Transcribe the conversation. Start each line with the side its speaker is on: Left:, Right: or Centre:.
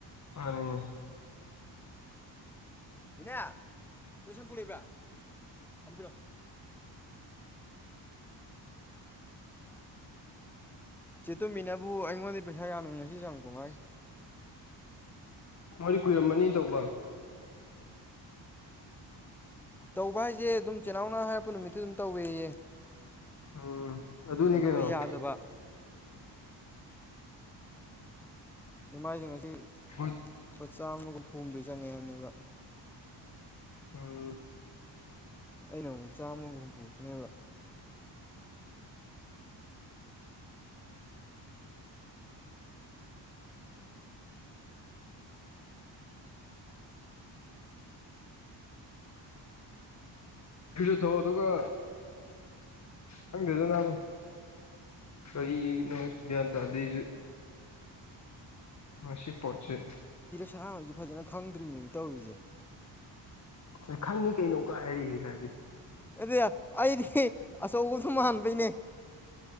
Left: ꯑꯅꯦꯅꯦ
Centre: ꯅꯦ ꯂꯣꯏꯁꯟ ꯄꯨꯕ꯭ꯔꯥ ꯑꯝꯕꯤꯔꯣ ꯆꯦꯠꯇꯨꯝꯃꯤꯅꯕꯨ ꯑꯩꯉꯣꯟꯗ ꯄꯩꯁꯥ ꯌꯥꯝꯃꯤꯡ ꯉꯁꯤꯁꯨꯦ ꯌꯥꯝꯨꯛ ꯀꯃꯥꯏ
Left: ꯃꯣꯏꯗꯤ ꯀꯨꯏꯔꯝꯃꯅꯤ ꯇꯧꯕ
Centre: ꯇꯧꯕ ꯍꯥꯏꯁꯦ ꯑꯗꯨꯝ ꯆꯤꯜꯅꯥꯎꯅꯅꯥ ꯍꯥꯏꯔꯛꯄ ꯅꯨꯃꯤꯠꯇꯨ ꯑꯗꯨꯝ ꯇꯧꯋꯦꯌꯦ
Left: ꯎꯝ ꯑꯗꯨꯅꯤ
Centre: ꯑꯗꯨꯒ
Left: ꯀꯩꯅꯣ
Centre: ꯌꯥꯗꯕ ꯏꯃꯥꯏꯁꯤꯡ ꯑꯁꯤ
Left: ꯍꯣꯏ
Centre: ꯂꯨꯄꯥ ꯆꯥꯝꯃꯒ ꯍꯨꯝꯐꯨ ꯍꯨꯝꯗꯣꯏ ꯆꯪꯉꯦ ꯍꯥꯏꯅꯦꯕ
Left: ꯎꯝ
Centre: ꯑꯩꯅ ꯑꯃꯨꯛ ꯆꯥꯝꯃꯒ ꯍꯨꯝꯐꯨꯛꯇꯅꯦꯕ
Left: ꯐꯤꯖ ꯊꯣꯛꯣꯛꯑꯣ ꯑꯗꯨꯒ ꯈꯪꯗꯗꯅ ꯀꯔꯤꯅꯣ ꯭ꯌꯥꯟ ꯇꯥꯗꯁꯨ ꯑꯁꯤ ꯄꯠꯁ
Centre: ꯏꯁꯥꯅꯁꯨ ꯐꯖꯅ ꯈꯪꯗ꯭ꯔꯤꯕꯅꯦ ꯇꯧꯔꯤꯁꯦ
Left: ꯁ ꯈꯪꯉꯤ ꯀꯩꯅꯣꯒ ꯍꯥꯏꯔꯤ ꯍꯥꯏꯗꯤ
Centre: ꯑꯗꯨ ꯑꯩꯗꯤ ꯑꯆꯧꯕꯁꯨ ꯃꯗꯣꯏꯅꯦ